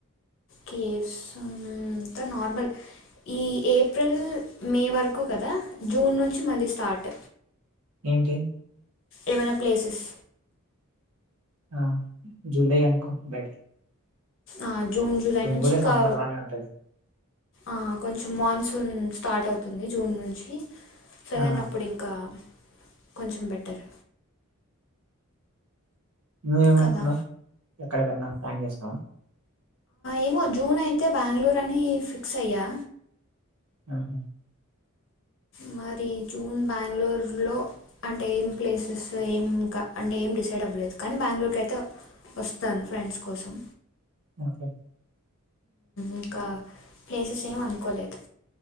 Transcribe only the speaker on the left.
కేప్స్ అంత నార్మల్ ఈ ఏప్రిల్ మే వరకు కదా జూన్ నుంచి మళ్ళీ స్టార్ట్
ఏమైనా ప్లేసెస్
ఆ జూన్ జూలై నుంచి
కా
ఆ కొంచెం మాన్సూన్ స్టార్ట్ అవుతుంది జూన్ నుంచి సోదన్
అప్పుడు ఇంకా కొంచెం బెటర్
కదా
ఏమో జూన్ అయితే బెంగళూరు అని ఫిక్స్ అయ్యా
మా మరి జూన్ బెంగళూరు లో అంటే ఏం ప్లేసెస్ ఇంకా అంటే ఏం డిసైడ్ అవ్వలేదు. కానీ బెంగళూరు కైతే వస్తాను ఫ్రెండ్స్ కోసం.
ఇంకా ప్లేసెస్ ఏమ అనుకోలేదు.